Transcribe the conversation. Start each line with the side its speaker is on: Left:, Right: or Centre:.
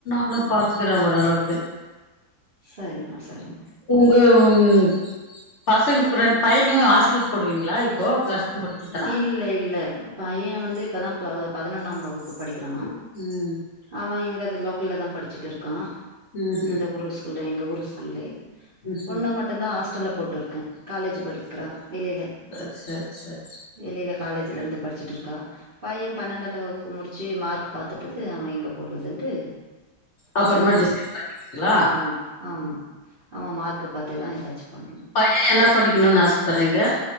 Left: ண்ணு பாத்துக்குறா ஓரளவுக்
Right: சரிமா சரிமா
Left: ம் பசங்க ரெண்டு பையனியு ஹாஸ்டல் போடுவீங்ளா இப்போ பிளஸ் டூ முடிச்சுட்டா
Right: இல்ல இல்ல பைய வந்து இப்பதா ப பதினொன்னாம் வகுப்பு படிக்கிறா
Left: ம்
Right: அவ இங்கது லோக்கல்லதா படிச்சுட்டுருக்கா
Left: ம் ம்
Right: இந்த ஊரு ஸ்கூல்ல எங்க ஊரு ஸ்கூல்லயே
Left: ம்
Right: பொண்ணு
Left: ம்
Right: மட்டுந்தா ஆஸ்டல்ல போட்டுருக்கே காலேஜு படிக்றா வெளில
Left: அ சேர் சேர்
Right: வெளில காலேஜ்லருந்து படிச்சுட்டுருக்கா பையே பன்னெண்டாது வகுப்பு முடிச்சு மார்க் பாத்துட்டுது அவே எங்க போட்றதுன்ட்டு
Left: அப்புறமா
Right: இது பண்ணனு
Left: டிசைட் பண்ணிக்கிறீங்களா
Right: ஆமா ஆமா ஆமா மார்க்கு பாத்துதா எதாச்சு பண்ணனு
Left: பைய என்ன படிக்கணுன் ஆசப்பட்றீங்க